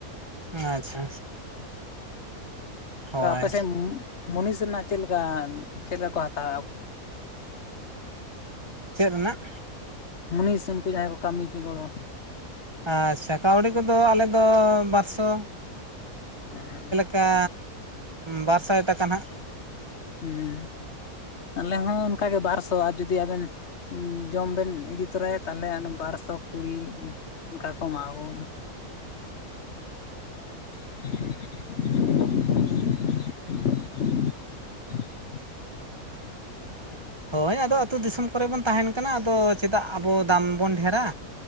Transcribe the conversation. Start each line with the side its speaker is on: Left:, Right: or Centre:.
Right: ᱟᱪᱪᱷᱟ ᱦᱳᱭ
Left: ᱛᱚ ᱟᱯᱮᱥᱮᱫ ᱢᱩᱱᱤᱥ ᱨᱮᱱᱟᱜ ᱪᱮᱫᱠᱟ ᱪᱮᱫ ᱞᱮᱠᱟ ᱠᱚ ᱦᱟᱛᱟᱣ
Right: ᱪᱮᱫ ᱨᱮᱱᱟᱜ
Left: ᱢᱩᱱᱤᱥ ᱩᱱᱠᱩ ᱡᱟᱦᱟᱸᱭ ᱠᱚ ᱠᱟᱹᱢᱤ ᱦᱚᱪᱚ ᱜᱚᱲᱚ
Right: ᱟᱪᱪᱷᱟ ᱠᱟᱹᱣᱰᱤ ᱠᱚᱫᱚ ᱟᱞᱮ ᱫᱚ ᱵᱟᱨᱥᱚ
Left: <inaudible>
Right: ᱠᱟ ᱵᱟᱨ ᱥᱟᱭ ᱴᱟᱠᱟ ᱱᱟᱦᱟᱜ
Left: ᱦᱮᱸ ᱟᱞᱮ ᱦᱚᱸ ᱚᱱᱠᱟᱜᱮ ᱵᱟᱨ ᱥᱚ ᱟᱨ ᱡᱩᱫᱤ ᱟᱵᱮᱱ ᱡᱚᱢ ᱵᱮᱱ ᱤᱫᱤ ᱛᱚᱨᱟᱭᱟ ᱛᱟᱦᱚᱞᱮ ᱚᱱ ᱵᱟᱨ ᱥᱚ ᱠᱩᱲᱤ ᱚᱱᱠᱟ ᱠᱚ ᱮᱢᱟ ᱠᱚ ᱠᱟᱱᱟ᱾ <unintelligible>
Right: ᱦᱳᱭ ᱟᱫᱚ ᱟᱹᱛᱩ ᱫᱤᱥᱚᱢ ᱠᱚᱨᱮ ᱵᱚᱱ ᱛᱟᱦᱮᱱ ᱠᱟᱱᱟ ᱟᱫᱚ ᱪᱮᱫᱟᱜ ᱟᱵᱚ ᱫᱟᱢ ᱵᱚᱱ ᱰᱷᱮᱨᱟ